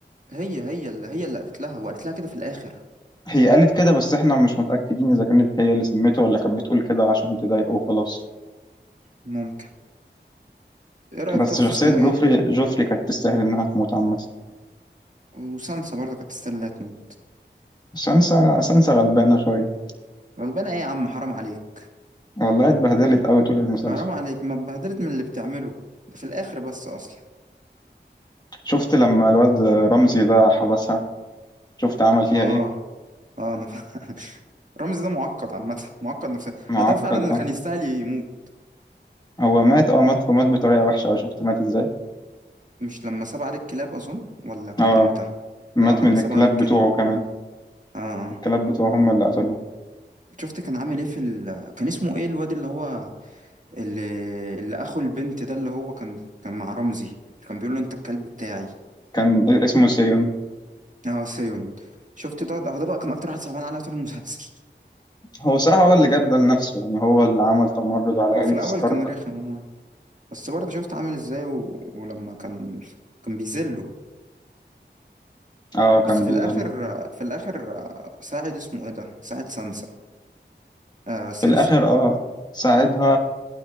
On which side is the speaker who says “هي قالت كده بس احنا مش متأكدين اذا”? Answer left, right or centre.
Left